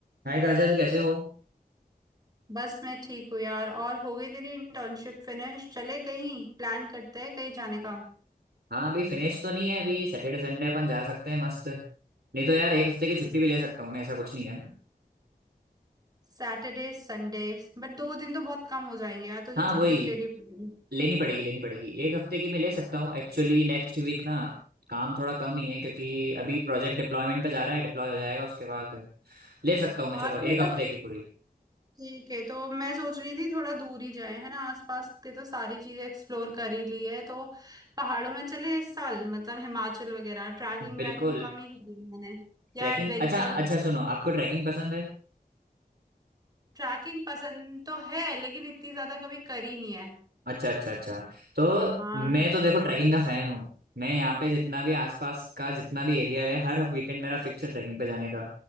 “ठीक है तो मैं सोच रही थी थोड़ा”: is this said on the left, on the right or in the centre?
Right